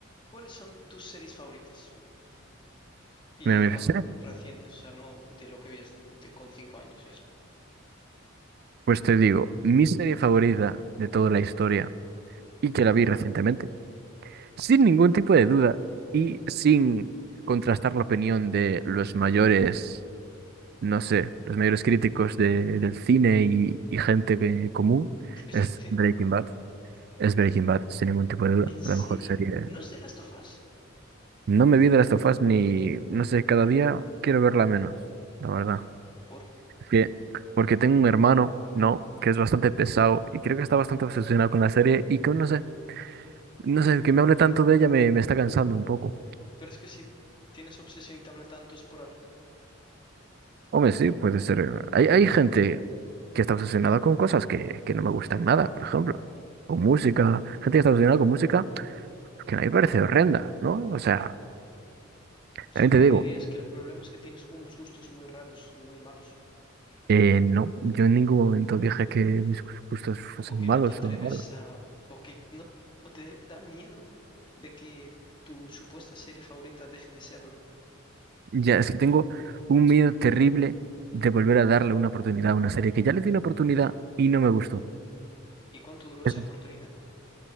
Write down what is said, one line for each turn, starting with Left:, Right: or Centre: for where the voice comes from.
Left: ¿Cuáles son tus series favoritas? Y
Right: Mira, me
Left: bueno,
Right: dices, "Eh,
Left: recientes, o sea, no de lo que veías de, con cinco años y así.
Right: Pues te digo, mi serie favorita de toda la historia y que la vi recientemente, sin ningún tipo de duda y sin contrastar la opinión de los mayores, no sé, los mayores críticos de- del cine y, y gente que- común,
Left: ¿Pero qué estás
Right: es
Left: diciendo?
Right: Breaking Bad. Es Breaking Bad, sin ningún tipo de duda,
Left: ¿En serio?
Right: la mejor serie.
Left: ¿No es de Last of Us?
Right: No me vi de las of Us ni, no sé, cada día quiero verla menos, la verdad.
Left: ¿Por?
Right: que porque tengo un hermano, ¿no? Que es bastante pesado y creo que está bastante obsesionado con la serie y que no sé, no sé, que me hable tanto de ella me, me está cansando un poco.
Left: Pero es que si tienes obsesión y te habla tanto es por algo.
Right: Hombre, sí, puede ser. eh, Hay, hay gente que está obsesionada con cosas que, que no me gustan nada, por ejemplo, con música. Gente que está obsesionada con música que a mí me parece horrenda, ¿no? O sea,
Left: O
Right: también
Left: sea, que
Right: te digo,
Left: dirías que el problema es que tienes unos gustos muy raros y muy malos.
Right: eh, no, yo en ningún momento dije que mis gustos fuesen
Left: O que
Right: malos
Left: no te atreves
Right: o malos.
Left: a... O que no... O te da miedo de que tu supuesta serie favorita deje de serlo.
Right: Ya, es que tengo un miedo terrible de volver a darle una oportunidad a una serie que ya le di una oportunidad y no me gustó.
Left: ¿Y cuánto duró esa
Right: Es,
Left: oportunidad?